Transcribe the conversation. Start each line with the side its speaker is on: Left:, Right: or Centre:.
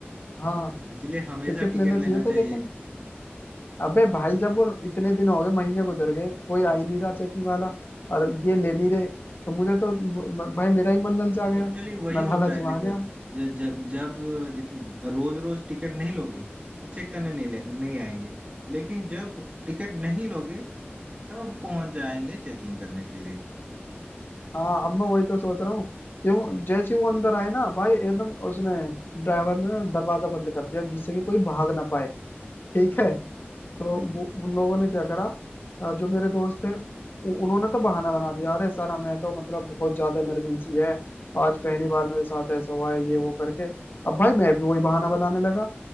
Left: हाँ
Right: इसीलिए हमेशा
Left: टिकट
Right: टिकट
Left: लेना चाहिए
Right: लेना
Left: था
Right: चाहिए
Left: लेकिन अबे भाई जब वो इतने दिन हो गए महीने गुजर गए कोई आ ही नहीं रहा चेकिंग वाला और ये ले नहीं रहे तो मुझे तो म, म- भाई मेरा ही मन ललचा गया
Right: एक्चुअली वही
Left: मैं
Right: होता
Left: लालच
Right: है
Left: में
Right: देखो
Left: आ गया
Right: जो जब जब जित रोज रोज टिकट नहीं लोगे तो चेक करने नहीं ले, नहीं आएंगे लेकिन जब टिकट नहीं लोगे तब पहुंच जाएंगे चेकिंग करने के लिए
Left: हाँ अब मैं वही तो सोच रहा हूँ क्यों जैसे ही वो अंदर आए ना भाई एकदम उसने ड्राइवर ने दरवाजा बंद कर दिया जिससे कि कोई भाग ना पाए ठीक
Right: अरे
Left: है
Right: भाई
Left: तो
Right: हाँ
Left: वो उन लोगों ने क्या करा अ, जो मेरे दोस्त थे उ- उन्होंने तो बहाना बना दिया अरे सर हमें तो मतलब बहुत ज्यादा इमरजेंसी है आज पहली बार मेरे साथ ऐसा हुआ है ये वो करके अब भाई मैं भी वही बहाना बनाने लगा